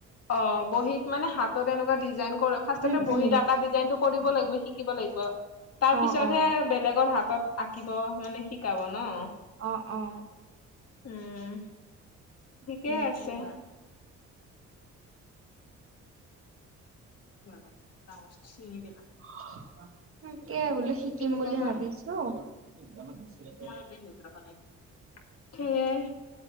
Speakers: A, on the left; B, on the right.
A: অ' বহীত মানে হাতত এনেকুৱা ডিজাইন কৰে ফাৰ্ষ্টতে
B: উম
A: বহীত
B: উম।
A: আকা ডিজাইন টো কৰিব লাগিব শিকিব লাগিব তাৰ
B: অ
A: পিছতহে
B: অ
A: বেলেগৰ হাতত আঁকিব মানে শিকাব ন।
B: অ', অ।
A: উম, ঠিকেই
B: সেনেকুৱা
A: আছে। ডাঙৰ এটা চিঙ বেনা।
B: হা আ আ অ তাকে বোলো শিকিম
A: কি
B: বুলি
A: কয়
B: ভাবিছো তেওঁ আমাক বেচিলে তেওঁ আমাক বেচিলে যে
A: ইয়াতে ৰুদ্ৰাক্ষ নাই কোনো সেইয়াই।